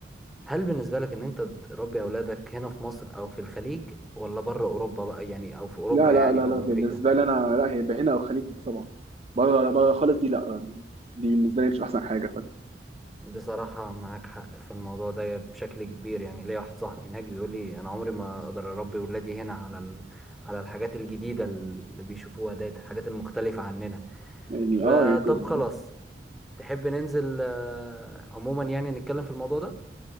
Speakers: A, in the centre; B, on the right.
A: هل بالنسبة لك ان انت تربي اولادك هنا في مصر او في الخليج ولا بره اوروبا بقى يعني او في اوروبا
B: لا لا
A: يعني
B: لا
A: او
B: لا بالنسبه
A: امريكا
B: لي انا لا هي هنا او خليج طبعا بره لا بره خالص دي لا دي بالنسبه لي مش احسن حاجه ف-
A: بصراحة معاك حق في الموضوع ده بشكل كبير يعني ليا واحد صاحبي هناك بيقول لي أنا عمري ما أقدر أربي ولادي هنا على ال... على الحاجات الجديدة اللي بيشوفوها ديت الحاجات المختلفة عننا
B: يعني
A: آه،
B: اه يعني كم-
A: طب خلاص تحب ننزل آه، عموما يعني نتكلم في الموضوع ده